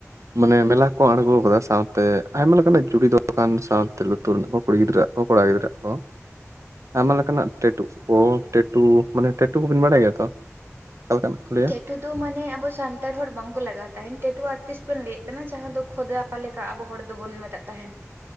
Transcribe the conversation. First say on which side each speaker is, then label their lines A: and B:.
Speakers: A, on the right (about 70°); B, on the right (about 45°).
A: ᱢᱟᱱᱮ ᱢᱮᱞᱟ ᱠᱚ ᱟᱬᱜᱚ ᱟᱠᱟᱫᱟ ᱥᱟᱶᱛᱮ ᱟᱭᱢᱟ ᱞᱮᱠᱟᱱᱟᱜ ᱪᱩᱲᱤ ᱫᱳᱠᱟᱱ ᱥᱟᱶᱛᱮ ᱠᱩᱲᱤ ᱜᱤᱫᱤᱨᱟᱹ ᱦᱚ ᱠᱚᱲᱟ ᱜᱤᱫᱽᱤᱨᱟᱹ ᱦᱚᱼᱼ ᱟᱭᱢᱟ ᱞᱮᱠᱟᱱᱟᱜ ᱴᱮᱴᱩ ᱠᱚ ᱴᱮᱴᱩ ᱢᱟᱱᱮ ᱴᱮᱴᱩ ᱠᱚᱵᱤᱱ ᱵᱟᱲᱟᱭ ᱜᱮᱭᱟ ᱛᱚ? ᱚᱠᱟ ᱞᱮᱠᱟᱱᱟᱜ ᱠᱚ ᱞᱟᱹᱭᱟ
B: ᱴᱮᱴᱩ ᱫᱚ ᱢᱟᱱᱮ ᱟᱵᱚ ᱥᱟᱱᱛᱟᱲ ᱦᱚᱲ ᱵᱟᱝᱠᱚ ᱞᱟᱜᱟᱣ ᱛᱟᱦᱮᱱ ᱴᱮᱴᱩ ᱟᱨᱴᱤᱥᱴ ᱵᱚᱱ ᱞᱟᱹᱭᱮᱜ ᱠᱟᱱᱟ ᱡᱟᱦᱟᱸ ᱫᱚ ᱠᱷᱚᱫᱟ ᱚᱠᱟ ᱞᱮᱠᱟ ᱟᱵᱚ ᱦᱚᱲ ᱫᱚᱵᱚᱱ ᱢᱮᱛᱟᱜ ᱛᱟᱸᱦᱮᱱ᱾